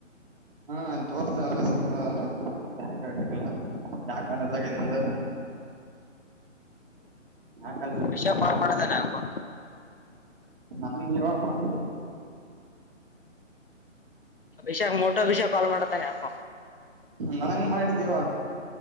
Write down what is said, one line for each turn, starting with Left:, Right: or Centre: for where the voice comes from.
Right: ಹಾ ಅಲ್ಲಿ ತೋರ್ತಲ್ಲಸ ಬಿಳಲ್ಲ <unintelligible> ಯಾ ಕಾಲೇಜ್ ಆಗ ನಿಂದ. ಯಾವ ಕಾಲೇಜ್ ಇಲ್ಲ
Left: ವಿಷಾಕ್
Right: ಅಂತ
Left: ಕಾಲ್ ಮಾಡಿದಾನೆ ಯಾಕೊ.
Right: ನನಗ ನೀವ ಮಾಡ್ರಿ.
Left: ವಿಷಾಕ್ ಮೋಟಾ ವಿಷಾಕ್ ಕಾಲ್ ಮಾಡ್ತಾನೆ ಯಾಕೊ.
Right: ನನಗನ್ ಮಾಡಿದ್ದ ಇವಾಗ.